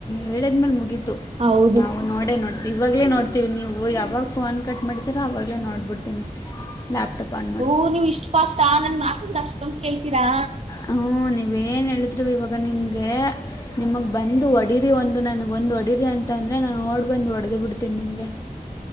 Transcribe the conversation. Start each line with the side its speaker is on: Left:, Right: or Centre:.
Left: ಹೇಳಿದ್ಮೇಲೆ ಮುಗೀತು
Right: ಹೌದು
Left: ನಾವು ನೋಡೇ ನೋಡಿ ಇವಾಗಲೇ ನೋಡ್ತೀವಿ ನೀವು ಯಾವಾಗ ಫೋನ್ ಕಟ್ ಮಾಡ್ತೀರೋ ಆವಾಗಲೇ ನೋಡ್ಬಿಡ್ತೀನಿ ಲಾಪಟೋಪ ಅ
Right: ಓ ನೀವ್ ಇಷ್ಟ ಪಾಷ್ಟ ನನ್ ಮಾತಿಂದ ಅಷ್ಟೊಂದು ಕೇಳ್ತೀರಾ
Left: ಹ್ಮ್ ನೀವೇನ್ ಹೇಳಿದ್ರು ಇವಾಗ ಗ ನಿಮಗೆ ನಿಮಗೆ ಬಂದು ಒಡಿರಿ ಒಂದು ನನಗ ಒಂದು ಒಡಿರಿ ಅಂತ ಅಂತ ಅಂದ್ರೆ ನಾ ನೋಡ್ ಬಂದು ಹೊಡೆದ ಬಿಡ್ತೇನಿ ನಿಮ್ಗೆ